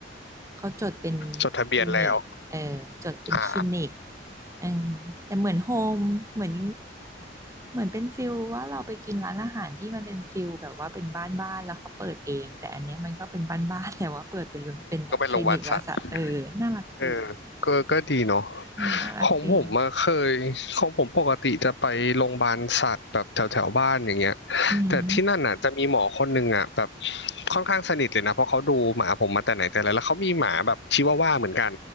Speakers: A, on the right; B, on the left.
A: เขาจดเป็น
B: จดทะเบียนแล้ว
A: คลินิกเออจดเป็นคลินิก
B: อ่า
A: เออแต่เหมือนโฮมเหมือนเหมือนเป็นฟิลว่าเราไปกินร้านอาหารที่มันเป็นฟิลแบบว่าเป็นบ้านบ้านแล้วเขาเปิดเองแต่อันเนี้ยมันก็เป็นบ้านบ้านแต่ว่าเปิดเป็นเป็นเนี่ยคลินิกแล้วสะเออน่ารักดี
B: ก็ไปโรงพยาบาลสัตว์ เออก็ก็ดีเนาะ
A: เออน่ารักดี
B: ของผมมาเคยของผมปกติจะไปโรงพยาบาลสัตว์แบบแถวแถวบ้านอย่างเงี้ย
A: อืม
B: แต่ที่นั่นน่ะจะมีหมอคนหนึ่งอ่ะแบบค่อนข้างสนิทเลยนะเพราะเขาดูหมาผมมาแต่ไหนแต่ไรแล้วเขามีหมาแบบชิวาว่าเหมือนกัน